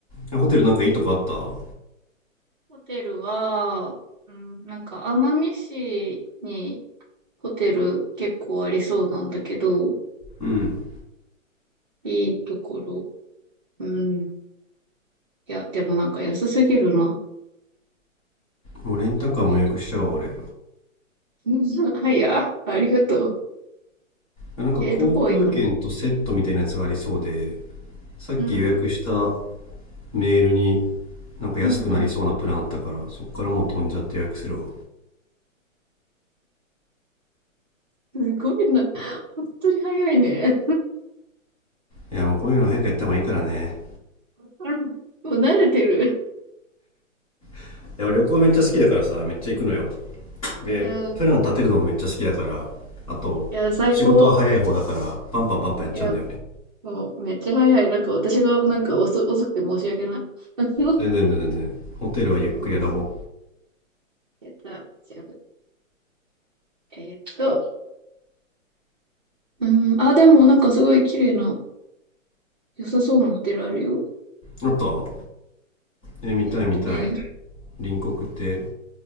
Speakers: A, on the left; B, on the right.
A: ホテルなんかいいとこあった
B: ホテルは、うん、なんか、奄美市にホテル結構ありそうなんだけど、
A: うん
B: いいところ。うん。いや、でもなんか安すぎるな。
A: もうレンタカーも予約しちゃおう俺
B: 低いとこね <laughs> うんはい、あ、ありがとう。
A: なんか航空券とセットみたいなやつがありそうで
B: えー、どこがいいかな。
A: さっき予約した
B: うん、
A: メールになんか安くなりそうなプランあったからそっからもう飛んじゃって予約するわ
B: うん、うん。すごいな。本当に早いね。
A: いやもうこういうの早くやった方がいいからね
B: うんもう慣れてる。
A: いや俺旅行めっちゃ好きだからさめっちゃ行くのよでプラン立てるのもめっちゃ好きだからあと仕事は早い方だからパンパンパンパンやっちゃうんだよね
B: いや、いや、最高。いや、もう、めっちゃ早い。なんか、私が、なんか遅、遅くて申し訳ない。<laughs> よ
A: 全然全然全然ホテルはゆっくり選ぼう
B: し、やった。じゃあ、えーっと、うん、あ、でも、なんか、すごい綺麗な、良さそうなホテルあるよ。
A: あとえ見たい見たい
B: えーっとね、
A: 隣国って